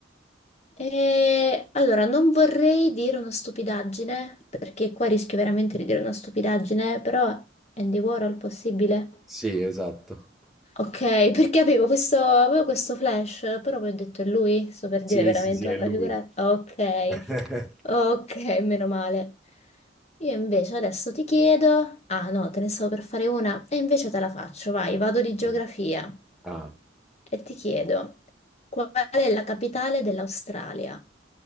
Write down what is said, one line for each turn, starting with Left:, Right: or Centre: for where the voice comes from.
Left: E... Allora, non vorrei dire una stupidaggine, perché qua rischio veramente di dire una stupidaggine, però Andy Warhol possibile?
Centre: sì, esatto.
Left: Ok, perché avevo questo, avevo questo flash, però poi ho detto è lui, sto per
Centre: Sì,
Left: dire veramente
Centre: sì, sì, è
Left: una
Centre: lui.
Left: figurata. Ok,
Centre: <laughs>
Left: ok, meno male. Io invece adesso ti chiedo, ah no, te ne stavo per fare una, e invece te la faccio, vai, vado di
Centre: Vai.
Left: geografia
Centre: Ah,
Left: e ti chiedo, qual è la capitale dell'Australia?